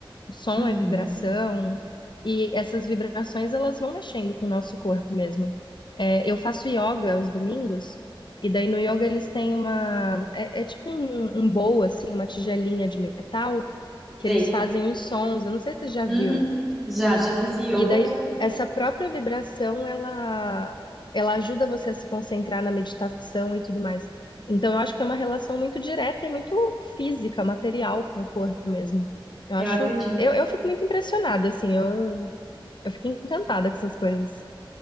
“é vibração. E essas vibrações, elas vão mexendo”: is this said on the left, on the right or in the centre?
Left